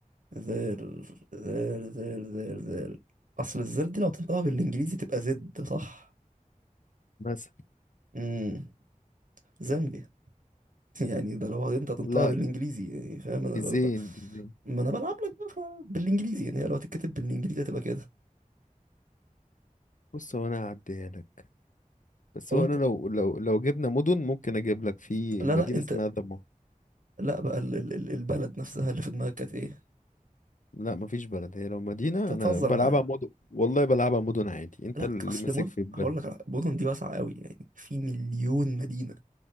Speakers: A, on the right; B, on the left.
A: زال زال زال زال زال اصل الزال دي لو تنطقها بالانجليزي تبقى زد صح
B: مثلا
A: امم زامبيا <laughs> يعني ده لو انت هتنطقها
B: لا
A: بالانجليزي يعني فاهم انا
B: ديزين
A: ب... ب...
B: ديزين
A: ما انا بلعب لك بقى ف- بالانجليزي يعني هي لو هتتكتب بالانجليزي هتبقى كده
B: بص هو انا هعديها لك بس
A: وانت
B: هو انا لو لو لو جبنا مدن ممكن اجيب لك في
A: لا
B: مدينة
A: لا انت
B: اسمها ذمار
A: لا بقى ال... ال... ال- البلد نفسها اللي في دماغك كانت ايه
B: لا مفيش بلد هي لو مدينة
A: انت
B: انا
A: بتهزر
B: بلعبها
A: معايا
B: مدن والله بلعبها مدن عادي انت
A: لا
B: اللي
A: اصل
B: ماسك
A: مد...
B: في البلد
A: هقول لك على- مدن دي واسعه قوي يعني في مليون مدينه